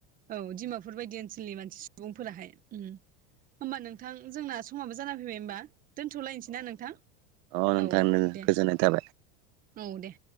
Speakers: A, on the right; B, on the right.
A: औ डिमापुर बायदि ओनसोलनि मानसि सुबुंफोराहाय उम होमबा नोंथां जोंना समाबो जाना फैबाय होमबा दोनथ'लायनोसै ना नोंथां
B: अ नोंथां
A: औ दे।
B: गोजोननाय थाबाय।
A: औ दे